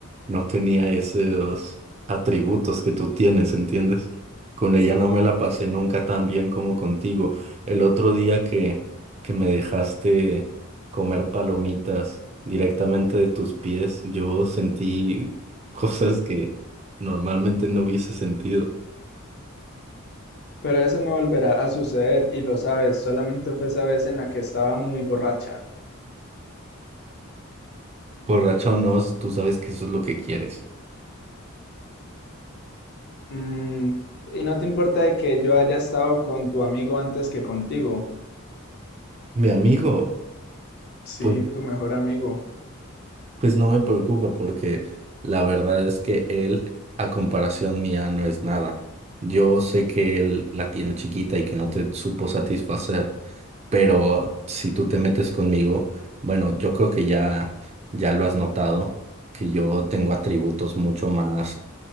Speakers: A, on the right; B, on the left.
A: no tenía esos atributos que tú tienes, ¿entiendes? Con ella no me la pasé nunca tan bien como contigo. El otro día que, que me dejaste comer palomitas directamente de tus pies, yo sentí <laughs> cosas que normalmente no hubiese sentido.
B: Pero eso no volverá a suceder y lo sabes, solamente fue esa vez en la que estaba muy borracha.
A: Borracha o no, tú sabes que eso es lo que quieres.
B: Mm, y no te importa de que yo haya estado con tu amigo antes que contigo.
A: Mi amigo.
B: Sí,
A: Pues
B: tu mejor amigo.
A: Pues no me preocupa porque la verdad es que él, a comparación mía, no es nada. Yo sé que él la tiene chiquita y que no te supo satisfacer, pero si tú te metes conmigo, bueno, yo creo que ya, ya lo has notado, que yo tengo atributos mucho más